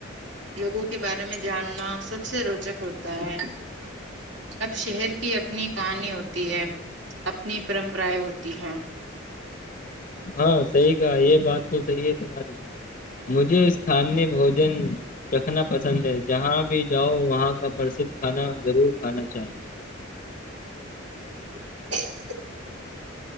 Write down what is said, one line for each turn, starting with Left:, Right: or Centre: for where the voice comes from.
Right: لوگوں کے بارے میں جاننا سب سے روچک ہوتا ہے اب شہر کی اپنی کہانی ہوتی ہے اپنی پرمپرائیں ہوتی ہے
Left: ہاں صحیح کہا یہ بات تو صحیح ہے تمہاری مجھے استانییہ بوجن رکھنا پسند ہے جہاں بھی جاؤ وہاں کا پرسدھ کھانا ضرور کھانا چاہیے <unintelligible>
Right: <inaudible>